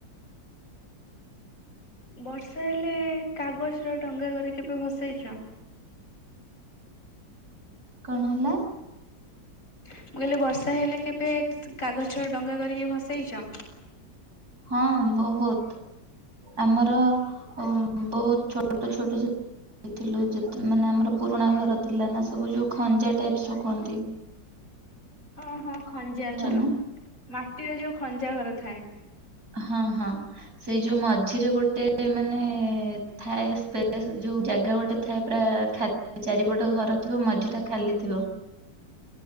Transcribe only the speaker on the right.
କଣ ହେଲା?
ହଁ ହଁ ବହୁତ ଆମର ଉଁ ବହୁତ ଛୋଟ ଛୋଟ ହେଇଥିଲୁ ଯେତ୍ ମାନେ ଆମର ପୁରୁଣା ଘର ଥିଲା ନା ସବୁ ଯୋଉ ଖଞ୍ଜା ଟାଇପସ ର କୁହନ୍ତି
ଜାଣିଛ
ନା
ହଁ ହଁ ସେଇ ଯୋଉ ମଝିରେ ଗୋଟେ ମାନେ ଥାଏ ସ୍ପେସ ଯୋଉ ଜାଗା ଗୋଟେ ଥାଏ ପୁରା ଖାଲି ଚାରିପଟ ଘର ଥିବ ମଝିଟା ଖାଲି ଥିବ।